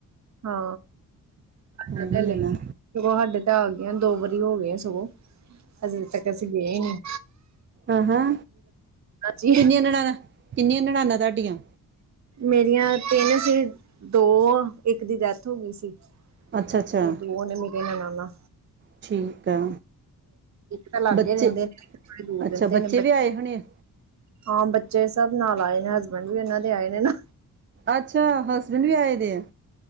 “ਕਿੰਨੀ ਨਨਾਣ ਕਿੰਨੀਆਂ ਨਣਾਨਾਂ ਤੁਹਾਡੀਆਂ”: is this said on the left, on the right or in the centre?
Right